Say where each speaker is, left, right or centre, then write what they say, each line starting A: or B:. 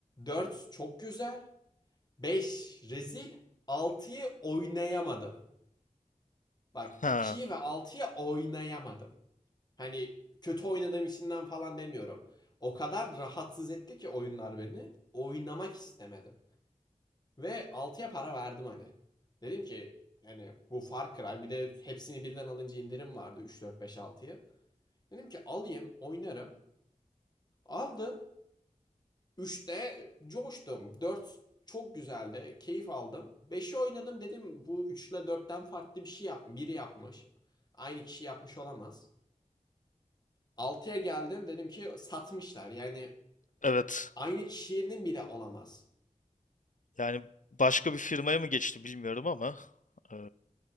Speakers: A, on the left; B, on the left.
A: Dört çok güzel. Beş rezil. Altıyı oynayamadım. Bak
B: Ha,
A: ikiyi ve altıyı oynayamadım. Hani kötü oynadığım içinden falan demiyorum. O kadar rahatsız etti ki oyunlar beni. Oynamak istemedim. Ve altıya para verdim hani. Dedim ki hani bu Far Cry bir de hepsini birden alınca indirim vardı 3 4 5 altıya. Dedim ki alayım oynarım. Aldım. Üçte coştum. dört çok güzeldi. Keyif aldım. Beşi oynadım dedim bu 3 ile 4'ten farklı bir şey yap. Biri yapmış. Aynı kişi yapmış olamaz. Altıya geldim dedim ki satmışlar. Yani
B: evet.
A: aynı kişinin bile olamaz.
B: Yani başka bir firmaya mı geçti bilmiyorum ama eee,